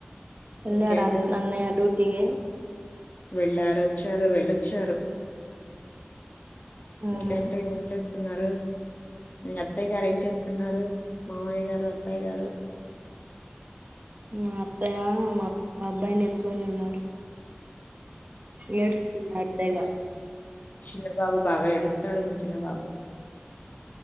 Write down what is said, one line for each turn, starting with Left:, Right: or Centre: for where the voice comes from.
Right: ఎల్లారా
Left: ఇంకేంటి
Right: అన్నయ డ్యూటీకి
Left: వెళ్ళారొచ్చారు వెళ్ళొచ్చారు
Right: ఉమ్
Left: ఇంకేంటి ఏం చేస్త స్తున్నారు అత్తయ్య గారు ఏం చేస్తున్నారు మామయ్య గారు అత్తాయ్య గారు
Right: మా అత్తాయ మా మా అబ్బాయిని ఎత్తుకొని ఉన్నారు ఏడుస్తున్నాడు జగా
Left: చిన బాబు బాగా ఏడు తడు చిన్న బాబు